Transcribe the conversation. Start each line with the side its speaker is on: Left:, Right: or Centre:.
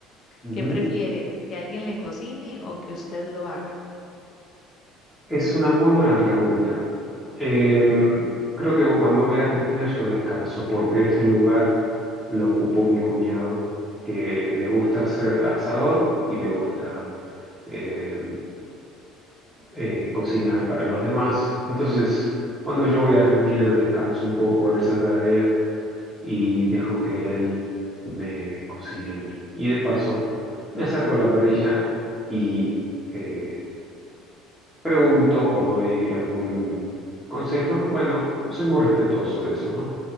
Centre: Ujú.
Left: ¿Qué prefiere? ¿Que alguien le cocine o que usted lo haga?
Centre: Es una muy buena pregunta. Eh, creo que cuando voy a Argentina yo descanso, porque ese lugar lo ocupó mi cuñado, que le gusta ser asador y le gusta eh, eh, cocinar para los demás. Entonces, cuando yo voy a Argentina, descanso un poco en esa tarea y dejo que él me cocine a mí. Y de paso, me acerco a la parrilla y eh, pregunto o doy algún consejo, ¿no? Bueno, soy muy respetuoso de eso, ¿no?